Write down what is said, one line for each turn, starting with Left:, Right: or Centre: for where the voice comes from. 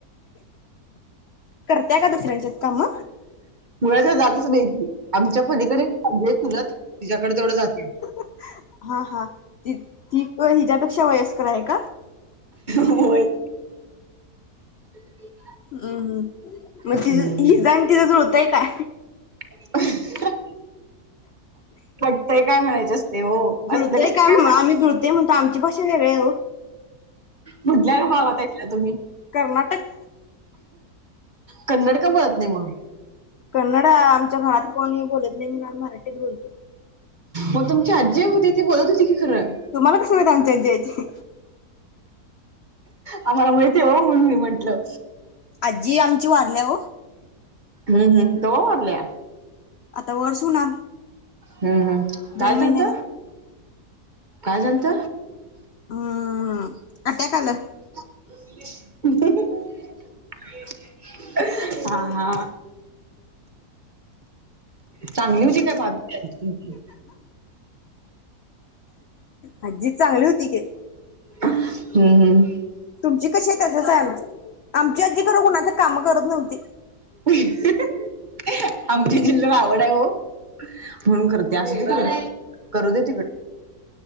Left: करत्या कां दुसऱ्या इथं काम?
Right: मुळा तर जातच नाही ती आमच्या पलीकडे आजी तुला तुझ्याकड तेवढं जाते.
Left: हा हा ती तर हिच्या पेक्षा. खरं हाय कां
Right: होय <inaudible>
Left: हम् मग
Right: हम्म.
Left: तिज हिज आणि तिच जुळतय काय?
Right: <unintelligible>
Left: <inaudible>
Right: पटतंय काय म्हणायचं असते हो
Left: जुळतय
Right: असलं कसं
Left: काय आम्ही जुळतय म्हणतो आमची भाषा वेगळी आहे हो
Right: मधल्या विभागात आहे का तुम्ही.
Left: कर्नाटक
Right: कन्नड का बोलत नाही मग.
Left: कन्नड आमच्या घरात कोणी बोलत नाही. मी अन माय मराठीच बोलते.
Right: मग तुमची आजी होती ती बोलत होती की खरं
Left: तुम्हाला कसं माहिती की आमच्या इथं यायची
Right: आम्हाला माहित आहे हो म्हणून मी म्हंटलं.
Left: आजी आमची वारल्या हो.
Right: हह कवा वारल्या?
Left: आता वर्ष होणार.
Right: हम्म हम्म. काय
Left: दोन
Right: झालत
Left: महिन्यान
Right: काय झालत
Left: हम्म अटॅक आला.
Right: <unintelligible> हा हा चांगली होती का? बाजूची आजी तुमची.
Left: आज्जी चांगली होती की.
Right: हम्म हम्म
Left: तुमची कशी आहे तसंच आहे आम आमची आजी खरं तर कुणाच काम करत नव्हती.
Right: <unintelligible> आमच्या जिजला आवड आहे हो म्हणून करते असू दे तिकडे करू दे तिकड